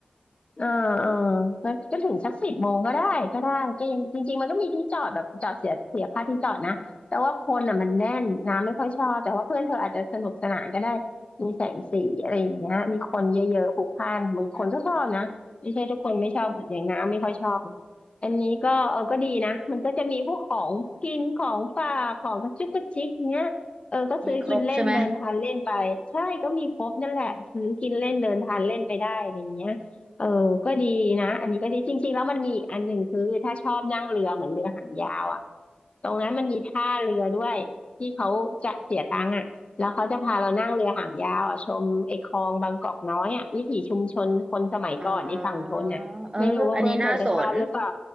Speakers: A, on the left; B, on the right.
A: เออเออก็ก็ถึงสักสิบโมงก็ได้ก็ได้ก็ยังจริงๆมันก็มีที่จอดแบบจอดเสียเสียค่าที่จอดนะแต่ว่าคนอ่ะมันแน่นน้ำไม่ค่อยชอบแต่ว่าเพื่อนเธออาจจะสนุกสนานก็ได้มีแสงสีอะไรอย่างเงี้ยมีคนเยอะๆพลุกพล่านบางคนก็ชอบนะไม่ใช่ทุกคนไม่ชอบอย่างน้ำไม่ค่อยชอบเลยอันนี้ก็เออก็ดีนะมันก็จะมีพวกของกินของฝากของกระจุกกระจิกเงี้ยเออก็ซื้อกินเล่นเดินทานเล่นไปใช่ก็มีครบนั่นแหละซื้อกินเล่นเดินทานเล่นไปได้อะไรอย่างเงี้ย
B: อืมมีครบใช่ไหม
A: เออก็ดีนะอันนี้ก็ดีจริงๆแล้วมันมีอีกอันหนึ่งคือถ้าชอบนั่งเรือเหมือนเรือหางยาวอ่ะตรงนั้นมันมีท่าเรือด้วยที่เขาจะเสียตังค์อ่ะแล้วเขาจะพาเรานั่งเรือหางยาวอ่ะชมไอ้คลองบางกอกน้อยอ่ะวิถีชุมชนคนสมัยก่อนไอ้ฝั่งทนน่ะไม่รู้ว่าเพื่อนเธอจะชอบหรือเปล่า
B: อ๋อเอออันนี้น่าสน